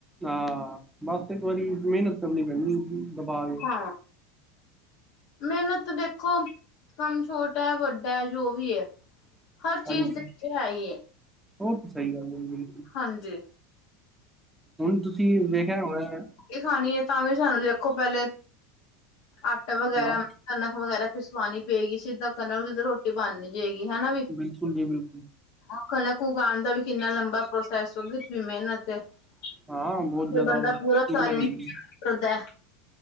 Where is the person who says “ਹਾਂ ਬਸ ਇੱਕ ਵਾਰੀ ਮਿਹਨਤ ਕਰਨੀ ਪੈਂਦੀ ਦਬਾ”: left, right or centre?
Centre